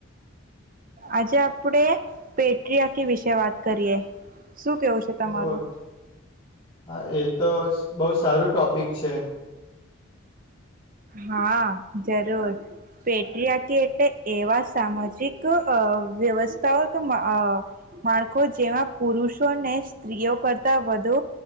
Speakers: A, on the right; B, on the left.
A: આજે આપડે પેટ્રિયાકી વિશે વાત કરીએ શું કેવું છે તમારું
B: ઓ હા એ તો બહુ સારું ટોપિક છે
A: હા જરૂર પેટ્રિયાકી એટલે એવા સામાજિક વ્યવસ્થાક માળખો જેમાં પુરુષોને સ્ત્રીઓ કરતા વધુ